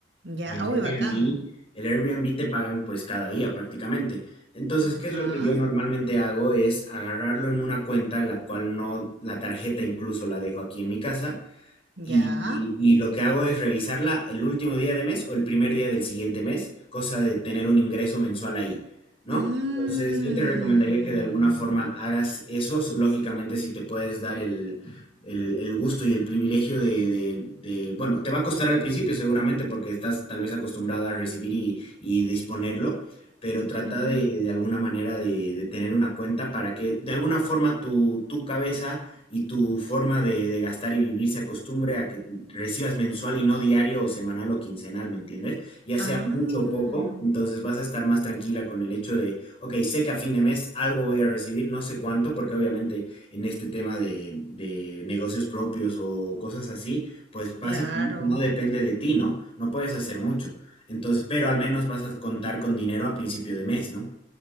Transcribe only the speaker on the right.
Ya,
ah,
uy, bacán.
Ajá,
ya.
Mm.
Ujú.
Ah,
claro.